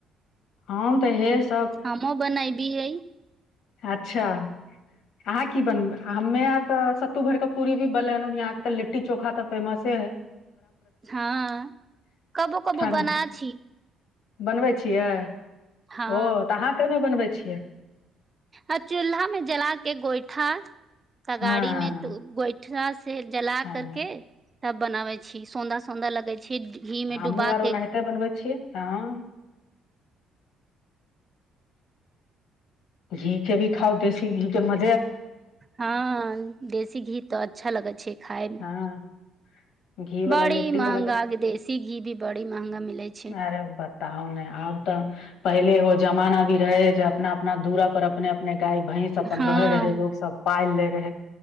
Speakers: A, on the left; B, on the right.
A: हम तऽ इहे स
B: हमहुँ बनैबियै
A: अच्छा अहांँ की बनबै हमे आर तऽ सत्तू भरि क पूरी भी‌ बनलैहन यहाँ के लिट्टी चोखा तऽ फेमसे हइ
B: हंँ कबो कबो
A: ठण्ड
B: बना छी
A: बनबै छियै
B: हँ
A: ओ तऽ अहांँ कैय मे बनबै छियै
B: आ चुल्हा मे‌ जलाके गोइठा तगारी
A: हँ
B: मे गोइठा से जला
A: हँ
B: करके तब बनाबै छी सुंदर सुंदर लगै छै घी मे
A: हमहुँ
B: डुबा
A: आर
B: के
A: ओनाहिंते बनबै छियै हंँ घी के भी खाउ देसी घी के म-
B: हंँ देसी घी तऽ अच्छा लगै छै खाय मे
A: हँ घी वाला
B: बड़ी
A: लिट्टी
B: महंगा
A: वाला के
B: देसी घी भी बड़ी महंगा मिलै छै
A: अरे बा- बताउ ने आब तऽ पहिले ओ जमाना भी रहैय जे अपना अपना दूराऽ पर अपने अपने गाय भैंस अपन
B: हँ
A: रहै रहे लोक सब पाइल लै रहै